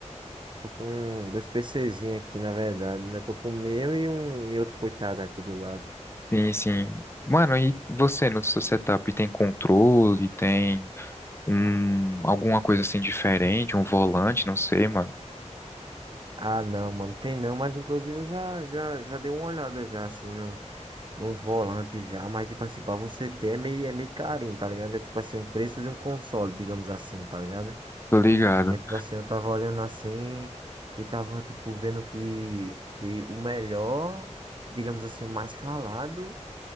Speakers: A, on the right; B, on the left.
A: Tô com dois PCzinhos aqui, na verdade, né? Tô com o meu e um e outro coitado aqui do lado.
B: Sim, sim. Mano, e você no seu setup tem controle, tem um alguma coisa assim diferente, um volante, não sei, mano.
A: Ah, não, mano, tem não, mas inclusive eu já, já, já dei uma olhada já, assim, no, nos volantes já, mas tipo assim, pra você ter é meio, é meio carinho, tá ligado? É tipo assim, o preço de um console, digamos assim, tá ligado?
B: Tô ligado,
A: É tipo assim, eu tava olhando assim e tava, tipo, vendo que, que o melhor, digamos assim, o mais falado,